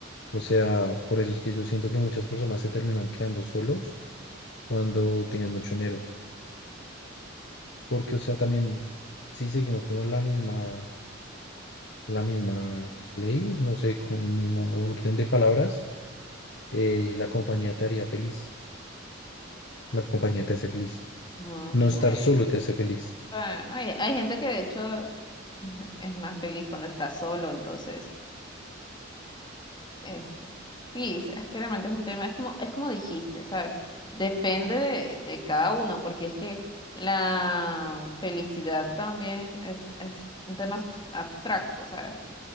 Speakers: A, on the left (about 60°); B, on the left (about 25°).
A: O sea, por eso es que yo siento que muchas personas se terminan quedando solos cuando tienen mucho dinero. Porque, o sea, también, si seguimos como la misma, la misma ley, no sé, como el mismo orden de palabras, eh, la compañía te haría feliz. La compañía te hace feliz.
B: Mm,
A: No
B: sí.
A: estar solo te hace feliz.
B: Bueno, hay, hay gente que de hecho <laughs> es más feliz cuando está solo, entonces. Es, es- sí, es es que realmente es un tema, es como, es como dijiste, ¿sabes? Depende de, de cada uno, porque es que la felicidad también es, es un tema abs- abstracto, ¿sabes?